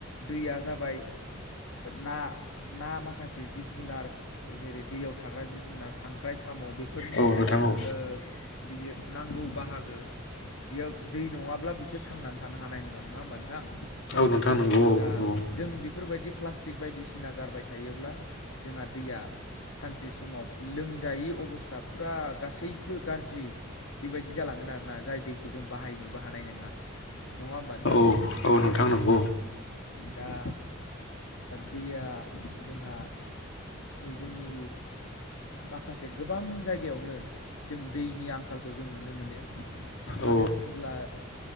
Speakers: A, on the left; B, on the left.
A: दैया जाबाय ना ना माखासे माखासे जिब जुनार जेरै- दैयाव थाग्रा जिब जुनार खांख्राइ साम' बेफोरनि
B: औ नोंथां औ
A: ओ बिनि नांगौ बाहागो बेयाव दै नङाब्ला बिसोर थांनानै थानो हानाय नङा होमबा नोंथां?
B: औ नों थांनगौ औ!
A: दा जों बेफोरबायदि प्लास्टिक बायदिसिना गारबाय थायोब्ला जोंहा दैया,, सानसे समाव लोंमजायै अबस्था फुरा गासैबो गाज्रि बेबायदि जालांगोन आरोना? जाय दैखौ जों बाहायनोबो हानाय नङा नङा होमबा नोंथां?
B: औ औ नोंथां नंगौ।
A: दा दैया जोंहा जोंनि माखासे गोबां जायगायावनो जों दैनि आंखालखौ जों नुनो मोनो मानो
B: औ
A: होनोब्ला